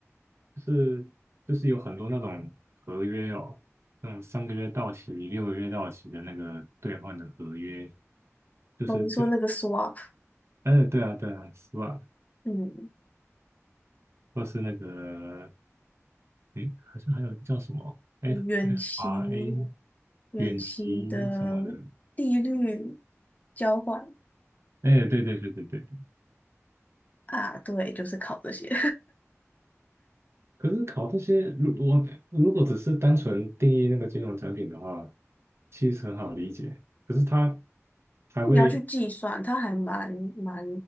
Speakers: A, on the right; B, on the left.
A: 就是就是有很多那种合约哦，那种三个月到期、六个月到期的那个兑换的合约，就是这样。
B: 哦，你说那个 swap，
A: 哎，对啊，对啊，SWOT，
B: 嗯，
A: 或是那个，诶，好像还有一个叫什么 F
B: 远期
A: FRA
B: 远期的
A: 远期什么的，
B: 利率交换
A: 哎，对对对对对对
B: 啊，对，就是考这些。
A: 可是考这些，如我如果只是单纯定义那个金融产品的话，其实很好理解。可是它还会，
B: 你要去计算，它还蛮蛮